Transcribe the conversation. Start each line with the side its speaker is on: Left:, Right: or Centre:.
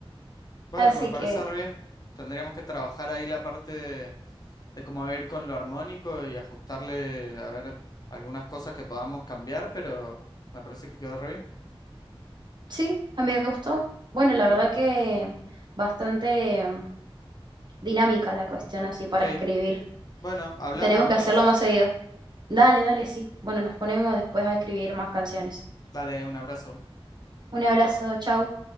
Left: Bueno,
Right: Así
Left: me parece
Right: que
Left: re bien. Tendríamos que trabajar ahí la parte de cómo ir con lo armónico y ajustarle, a ver, algunas cosas que podamos cambiar, pero me parece que quedó re bien.
Right: sí, a mí me gustó. Bueno, la
Left: Bueno,
Right: verdad que bastante em, dinámica la cuestión así para
Left: sí,
Right: escribir.
Left: bueno, hablamos
Right: Tenemos
Left: entonces.
Right: que hacerlo más seguido. Dale, dale, sí. Bueno, nos ponemos después a escribir más canciones.
Left: Dale un abrazo.
Right: Un abrazo, chau.